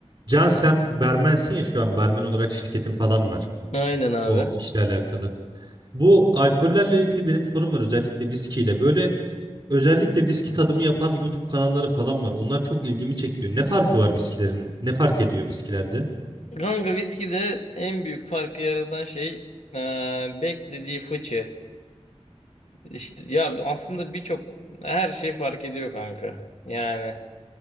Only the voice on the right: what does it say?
Can sen barmensin ya şu an barmen olarak şirketin falan var
o işle alakalı. Bu alkollerle ilgili benim sorum var özellikle viskiyle. Böyle özellikle viski tadımı yapan YouTube kanalları falan var. Onlar çok ilgimi çekiyor. Ne farkı var viskilerin? Ne fark ediyor viskilerde?